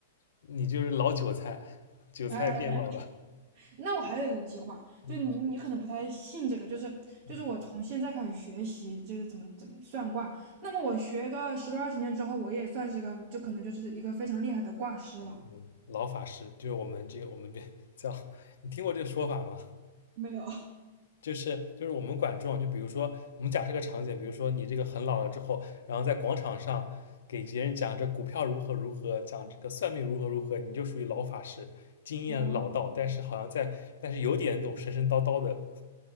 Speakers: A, on the left (about 80°); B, on the right (about 45°).
A: 你就是老韭菜，<laughs> 韭菜变老了。
B: 哎。那我还有一个计划，
A: 嗯
B: 就你你可能不太信这个，就是就是我从现在开始学习，
A: 嗯
B: 就是怎么怎么算卦。那么我学个十多二十年之后，我也算是个，就可能就是一个非常厉害的卦师了。
A: 嗯，老法师就是我们这个我们这叫，<laughs> 你听过这个说法吗？
B: 没有，
A: 就是就是我们管这种，就比如说我们假设个场景，比如说你这个很老了之后，然后在广场上给别人讲这股票如何如何，讲这个算命如何如何，你就属于老法师，经验老道，
B: 哦，
A: 但是好像在但是有点那种神神叨叨的